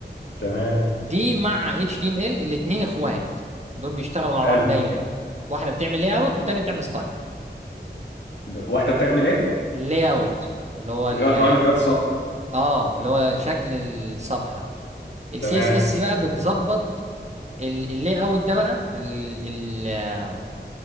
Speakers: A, on the left; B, on the right.
A: تمام
B: دي مع اتش تي ام ال الاتنين اخوات دول بيشتغلوا مع
A: حلو
B: بعض دايما واحده بتعمل لاي اوت والتانيه بتعمل ستايل
A: ب- واحدة بتعمل ايه
B: اللاي اوت اللي هو
A: اللي
B: ال
A: هو الهوامش بتاعت الصفحة
B: اه اللي هو شكل الصفحه السي
A: تمام
B: اس اس بقى بتظبط اللاي اوت ده بقى ال ال